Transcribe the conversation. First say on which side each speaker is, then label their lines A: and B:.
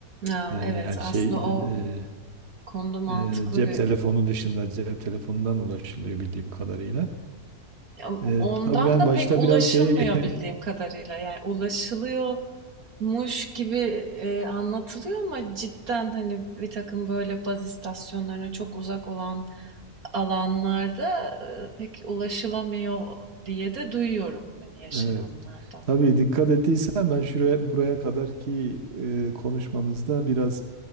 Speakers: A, on the right (about 70°); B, on the right (about 45°).
A: A,
B: E, yani
A: evet, aslında
B: şey e,
A: o konuda mantıklı
B: e, cep
A: bir
B: telefonu dışında cep telefonundan ulaşılıyor bildiğim kadarıyla.
A: Ya,
B: E,
A: ondan
B: tabii ben
A: da
B: başta
A: pek ulaşılmıyor
B: biraz şeye
A: bildiğim
B: <laughs>
A: kadarıyla. Yani ulaşılıyor Muş gibi eee, anlatılıyor ama cidden hani bir takım böyle baz istasyonlarına çok uzak olan alanlarda eee, pek ulaşılamıyor diye de duyuyorum hani yaşayanlardan.
B: evet, tabii dikkat ettiysen ben şuraya buraya kadarki e, konuşmamızda biraz